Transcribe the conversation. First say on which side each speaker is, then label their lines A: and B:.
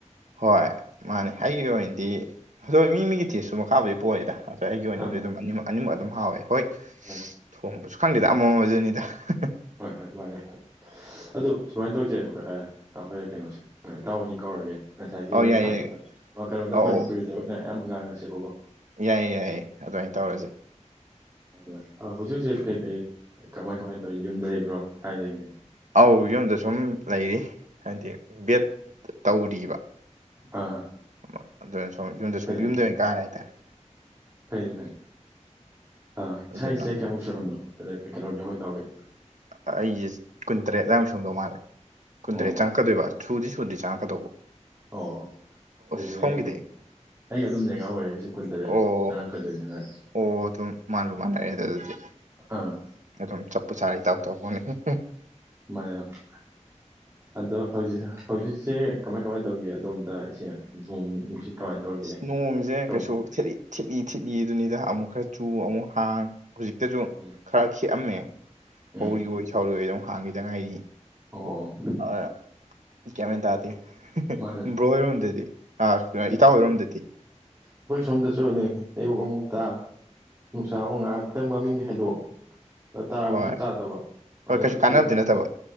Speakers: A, on the right (about 75°); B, on the right (about 20°).
A: ꯍꯣꯏ ꯃꯟꯅꯦ ꯑꯩꯒꯤ ꯑꯣꯏꯅꯗꯤ ꯑꯗꯣꯏ ꯃꯤꯃꯤꯒꯤ ꯊꯦꯁꯁꯨ ꯃꯈꯥꯕꯨꯗꯤ ꯄꯣꯏꯂꯦꯗꯥ ꯑꯩꯒꯤ ꯑꯣꯏꯅꯕꯨꯗꯤ
B: ꯑꯥ
A: ꯑꯗꯨꯝ ꯑꯅꯤꯃꯛ ꯑꯅꯤꯃꯛ ꯑꯗꯨꯝ ꯍꯥꯎꯋꯦ ꯍꯣꯏꯠ
B: ꯍꯣꯏ
A: ꯊꯣꯡꯕꯁꯨ ꯈꯪꯗꯦꯗ ꯑꯃꯥꯃꯥ ꯗꯨꯅꯦꯗ <unintelligible>
B: ꯍꯣꯏ ꯍꯣꯏ ꯃꯥꯅꯦ <unintelligible> ꯑꯗꯨ ꯁꯨꯃꯥꯏꯅ ꯇꯧꯆꯦ ꯈꯪꯕ꯭ꯔ ꯑꯥ ꯑꯈꯣꯏ ꯀꯩꯅꯣꯁꯦ ꯑꯥ ꯏꯇꯥꯎ ꯑꯅꯤ ꯀꯧꯔꯒꯦ ꯉꯁꯥꯏꯒꯤ
A: ꯑꯧ
B: ꯋꯥꯔꯤ
A: ꯌꯥꯏꯌꯦ
B: ꯁꯟꯅꯕꯗ ꯑꯥ ꯀꯩꯅꯣꯗ
A: ꯑꯧ
B: ꯃꯅꯤꯄꯨꯔꯤꯗ ꯑꯣꯏꯅꯦ ꯑꯌꯥꯝꯕ ꯉꯥꯡꯉꯁꯦꯕꯀꯣ
A: ꯌꯥꯏꯌꯦ ꯌꯥꯏꯌꯦ ꯑꯗꯨꯃꯥꯏꯟ ꯇꯧꯔꯖꯦ
B: ꯑꯗꯣꯏ ꯑꯥ ꯍꯧꯖꯤꯛ ꯍꯧꯖꯤꯛ ꯀꯩꯀꯩ ꯀꯃꯥꯏ ꯀꯃꯥꯏ ꯇꯧꯔꯤ ꯌꯨꯝꯗ ꯂꯩꯕ꯭ꯔꯣ ꯀꯥꯏ ꯂꯩꯒꯦ?
A: ꯑꯧ ꯌꯨꯝꯗ ꯁꯨꯝ ꯂꯩꯔꯤ ꯍꯥꯏꯗꯤ ꯕꯤꯌꯦꯠ ꯇꯧꯔꯤꯕ
B: ꯑꯥ
A: ꯑꯃ ꯑꯗꯨꯅ ꯁꯨꯝ ꯌꯨꯝꯗ
B: ꯐꯩꯌꯦ
A: ꯁꯨꯝ ꯌꯨꯝꯗ
B: ꯐꯩꯌꯦ
A: ꯑꯣꯏꯅ ꯀꯥꯔꯦ ꯍꯥꯏꯇꯥꯔꯦ
B: ꯐꯩꯌꯦ ꯐꯩ ꯑꯥ
A: ꯑꯗꯨꯅ
B: ꯏꯁꯥꯒꯤ ꯆꯍꯤ ꯀ꯭ꯌꯥꯃꯨꯛ ꯁꯨꯔꯝꯅꯣ ꯑꯗꯩ ꯀꯩꯅꯣꯒꯤ ꯑꯍꯣꯏ ꯏꯇꯎꯒꯤ?
A: ꯑꯥ ꯑꯩꯁꯦ ꯀꯨꯟꯇꯔꯦꯠ ꯑꯗꯥꯏꯃꯨꯛ ꯁꯨꯔꯝꯗꯧ ꯃꯥꯜꯂꯦ ꯀꯨꯟꯇꯔꯦꯠ
B: ꯑꯣ
A: ꯆꯪ ꯀꯗꯣꯏꯕ ꯁꯨꯗꯤ ꯁꯨꯗ꯭ꯔꯤ ꯆꯪꯉꯛꯀꯗꯧꯕ꯫
B: ꯑꯣ ꯑꯗꯨꯗꯤ
A: ꯁꯣꯝꯒꯤꯗꯤ
B: ꯑꯩ ꯑꯗꯨꯝ ꯑꯩ ꯑꯗꯨꯝ ꯂꯦꯡꯒ ꯑꯣꯏꯔꯦ ꯑꯩꯁꯨ ꯀꯨꯟꯇꯔꯦꯠ
A: ꯑꯣ
B: ꯆꯪꯉꯛꯀꯗꯣꯏꯅꯦ ꯍꯠ
A: ꯑꯣ ꯑꯗꯨꯝ ꯃꯥꯟꯕꯨ ꯃꯥꯟꯅꯔꯦ ꯑꯗꯨ ꯑꯗꯨꯗꯤ
B: ꯑꯥ
A: ꯑꯗꯨꯝ ꯆꯠꯄꯨ ꯆꯥꯔꯦ ꯏꯇꯥꯎ ꯇꯥꯎ <unintelligible>
B: ꯃꯟꯅꯦ <unintelligible> ꯑꯗꯣ ꯍꯧꯖꯤꯛ ꯍꯧꯖꯤꯛꯁꯦ ꯀꯃꯥꯏ ꯀꯃꯥꯏꯟ ꯇꯧꯒꯦ ꯑꯗꯣꯝꯗ ꯏꯁꯦ ꯅꯣꯡ ꯅꯨꯡ ꯅꯨꯡꯁꯤꯠ? ꯀꯃꯥꯏꯅ ꯇꯧꯔꯤꯒꯦ
A: ꯏꯁ ꯅꯣꯡꯁꯦ
B: ꯇꯧꯕ
A: ꯀꯩꯁꯨ ꯊꯦꯠꯂꯤ ꯊꯤꯠꯂꯤ ꯊꯤꯠꯂꯤ ꯑꯗꯨꯅꯤꯗ ꯑꯃꯨꯛ ꯈꯔ ꯆꯨ ꯑꯃꯨꯛ ꯍꯥꯡ ꯍꯧꯖꯤꯛꯇꯁꯨ
B: ꯎꯝ
A: ꯈꯔ ꯈꯤꯛꯑꯝꯃꯦ ꯄꯧꯔꯤꯋꯣꯏ
B: ꯎꯝ
A: ꯁꯥꯎꯔꯤꯋꯣꯏꯗ ꯑꯃꯨꯛ ꯍꯥꯡꯈꯤꯗ ꯉꯥꯏꯔꯤꯢ
B: ꯑꯣ
A: ꯑꯥ ꯒ꯭ꯌꯥꯟꯃꯦꯟ ꯇꯥꯗꯦ <unintelligible>
B: ꯃꯥꯅꯦ
A: ꯕ꯭ꯔꯣ ꯍꯣꯏ ꯔꯣꯝꯗꯗꯤ? ꯑꯥ <unintelligible> ꯏꯇꯥꯎ ꯍꯣꯏꯔꯣꯝꯗꯗꯤ?
B: ꯑꯩꯈꯣꯏ ꯁꯣꯝꯗꯁꯨꯅꯦ ꯑꯌꯨꯛ ꯑꯃꯨꯛꯇ ꯅꯨꯡꯁꯥ ꯑꯃ ꯉꯥꯏ ꯈꯛꯇꯪ ꯃꯃꯤꯡꯒꯤ ꯍꯥꯏꯗꯣꯛꯑꯣ ꯇꯥꯔꯕꯁꯨ
A: ꯍꯣꯏ
B: ꯇꯥꯗꯕ
A: ꯍꯣꯏ
B: ꯑꯗꯨꯅ
A: ꯀꯩꯁꯨ
B: ꯐꯤꯔꯣꯟ
A: ꯀꯥꯟꯅꯕꯗꯤ ꯅꯠꯇꯕ